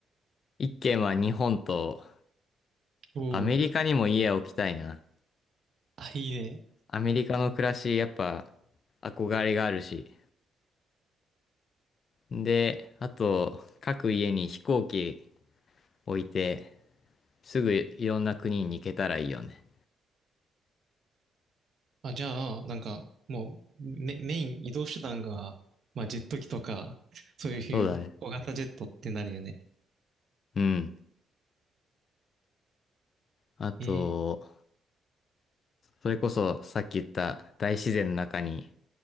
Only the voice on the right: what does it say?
おお。
あ、いいね。
あ、じゃあ、なんか、もう、メ、メイン移動手段が、まあ、ジェット機とか、そういう小型ジェットってなるよね。
え